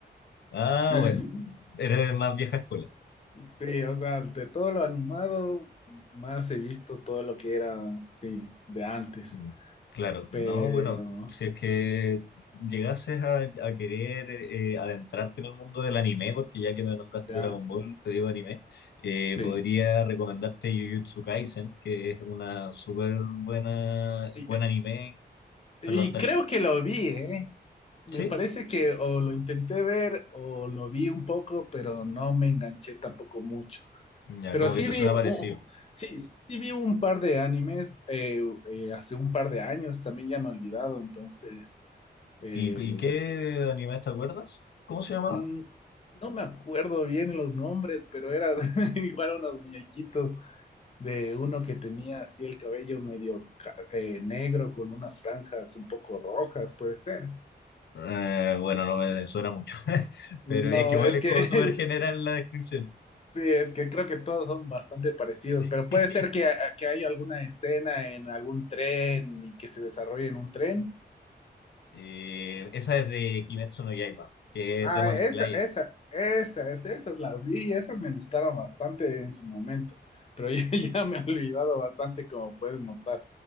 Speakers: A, on the left (about 80°); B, on the left (about 35°).
A: Ah,
B: <laughs>
A: bueno, eres de más vieja escuela.
B: Sí, o sea, de todo lo animado, más he visto todo lo que era, sí, de antes.
A: Mm, Claro,
B: Pero
A: no, bueno, si es que llegases a, a querer eh, adentrarte en el mundo del anime, porque ya que me nombraste
B: ya,
A: Dragon Ball, te digo anime, eh,
B: sí.
A: podría recomendarte Jujutsu Kaisen, que es una súper buena,
B: Y,
A: buen anime,
B: y
A: perdón, dale.
B: creo que lo vi, ¿eh? Me
A: ¿Sí?
B: parece que o lo intenté ver o lo vi un poco, pero no me enganché tampoco mucho.
A: Ya,
B: Pero
A: como
B: sí
A: que te
B: vi,
A: suena
B: u-
A: parecido.
B: u- sí, sí vi un par de animes eh, eh, hace un par de años, también ya me he olvidado, entonces eh,
A: ¿Y, y qué
B: sí.
A: anime te acuerdas? ¿Cómo se llamaba?
B: Mm, no me acuerdo bien los nombres, pero era <laughs> igual unos muñequitos de uno que tenía así el cabello medio ca- eh, negro con unas franjas un poco rojas, puede ser.
A: Eh, bueno, no me suena mucho, <laughs>
B: No,
A: pero es que igual
B: es
A: es
B: que
A: como
B: <laughs>
A: súper general la descripción.
B: Sí, es que creo que todos son bastante parecidos,
A: <laughs>
B: pero
A: Sí.
B: puede ser que, ah, que haya alguna escena en algún tren y que se desarrolle en un tren.
A: Eh, esa es de Kimetsu no Yaiba, que
B: Ah,
A: es Demon
B: esa,
A: Slayer.
B: esa, esa, esa, esas las vi y esas me gustaron bastante en su momento, pero <laughs> ya, ya me he olvidado bastante como puedes notar.